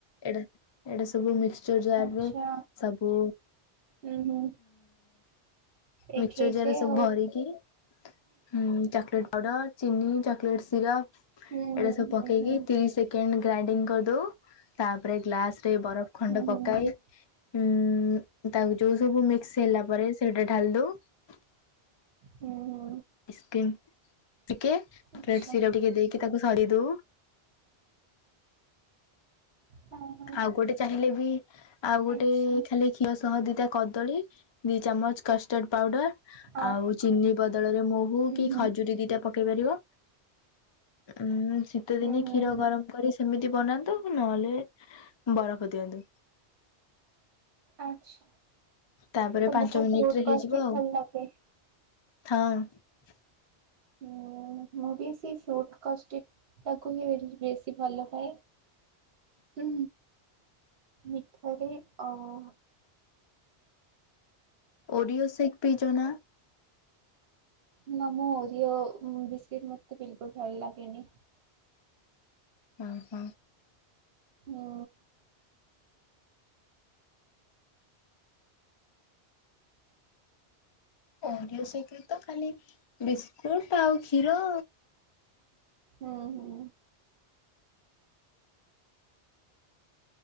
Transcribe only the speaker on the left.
ଏଡେ ଏଡ଼େ ସେ ସବୁ ମିକ୍ସଚର ଜାର
ରେ ସବୁ।
ମିକ୍ସଚର ଜାର ରେ ସବୁ
ଭରିକି ହୁଁ ଚକଲେଟ୍ ପାଉଡର ଚିନି ଚକଲେଟ ସିରପ ଏଇରା
ସବୁ ପକେଇକି
ତିରିଶ ସେକେଣ୍ଡ ଗ୍ରାଇଣ୍ଡିଙ୍ଗ କରିଦଉ ତାପରେ ଗ୍ଲାସ ରେ ବରଫ ଖଣ୍ଡ
ପକାଇ ଉଁ ତାକୁ ଯୋଉ ସବୁ ମିକ୍ସ ହେଲା ପରେ ସେଇଟା ଢାଲ ଦଉ
ଆଇସ୍କ୍ରିମ୍। ଟିକେ
<unintelligible> ସିରପ୍ ଟିକେ ଦେଇକି ତାକୁ ସରି ଦଉ।
ଆଉ ଗୋଟେ ଚାହିଁଲେ ବି ଆଉ ଗୋଟେ
ଖାଲି ଖିଅ ଶହ ଦିଇଟା କଦଳୀ ଦି ଚାମଚ କଷ୍ଟର୍ଡ ପାଉଡର।
ଆଉ ଚିନି ବଦଳରେ ମହୁ
କି
ଖଜୁରୀ ଦିଟା ପକେଇ ପାରିବ। ଉଁ ଶୀତ ଦିନେ
କ୍ଷୀର
ଗରମ କରି ସେମିତି ବନାନ୍ତ ନହେଲେ ବରଫ ଦିଅନ୍ତୁ।
ତାପରେ
ପାଞ୍ଚ ମିନିଟ
ରେ ହେଇଯିବ
ଆଉ।
ହଁ।
ଓଡ଼ିଓ ସେକ୍ ପିଚ ନା?
ଅ ହଁ।
ଓରିଓ ସେକ୍ ରେ ତ ଖାଲି ବିସ୍କୁଟ ଆଉ କ୍ଷୀର।